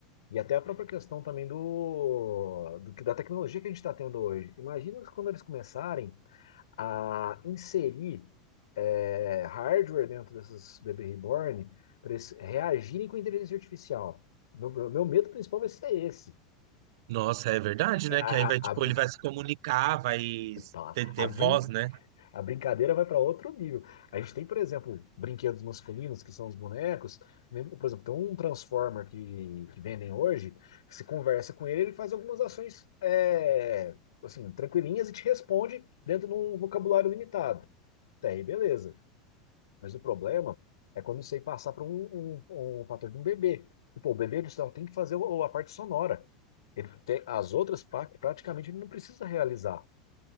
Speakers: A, on the left; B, on the right.
A: E até a própria questão também do, do que- da tecnologia que a gente está tendo hoje. Imagina quando eles começarem a inserir é, hardware dentro dessas bebê reborn para eles reagirem com inteligência artificial. Meu, meu medo principal vai ser esse.
B: Nossa, é verdade,
A: A,
B: né?
A: a,
B: Que aí vai, tipo,
A: a,
B: ele vai se comunicar, vai
A: tá,
B: ter,
A: a
B: ter
A: brin-
B: voz, né?
A: a brincadeira vai para outro nível. A gente tem, por exemplo, brinquedos masculinos, que são os bonecos. né? Por exemplo, tem um Transformer que, que vendem hoje, que se conversa com ele, ele faz algumas ações é, assim, tranquilinhas e te responde dentro de um vocabulário limitado. Até aí, beleza. Mas o problema é quando você passar para um, um, um fator de um bebê. Tipo, o bebê ele só tem que fazer o- a parte sonora. Ele tem, as outras partes praticamente ele não precisa realizar.